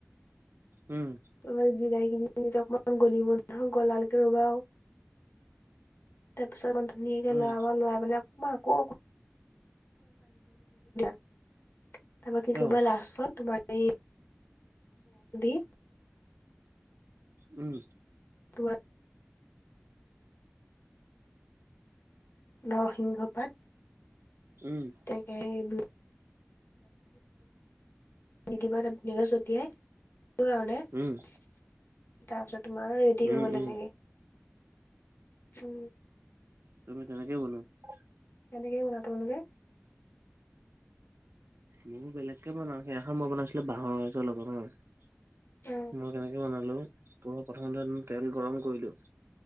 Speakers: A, on the right; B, on the left.
A: উম।
B: <unintelligible> তাৰপিছত মান ধুনীয়াকে
A: উম
B: লৰাব, লৰাই পেলাই অকমান আকৌ <unintelligible> তাৰপৰা কি
A: অ',
B: কৰিবা লাষ্টত তোমাৰ এ <unintelligible>
A: উম।
B: তোৱা নৰসিংহ পাত।
A: উমঁ।
B: তাকে'হে দু নতিবা নি নিদিবা ছতিয়াই সেইটো কাৰণে।
A: উম,
B: তাৰপিছত তোমাৰ ৰেডি
A: উম,
B: হৈ গ'ল
A: উম।
B: এনেকে। উমঁ।
A: তুমি কেনেকে বনোৱা?
B: সেনেকে বনাওঁ। তোমালোকে?
A: মোৰ বেলেগকে বনাওঁ, সেইদিনাখন মই বনাইছিলো বাঁহৰ গাজৰ লগত হাঁ। তোমাৰ
B: অ,
A: কেনে বনালো, পুৰা প্ৰথমতে তেল গৰম কৰিলো।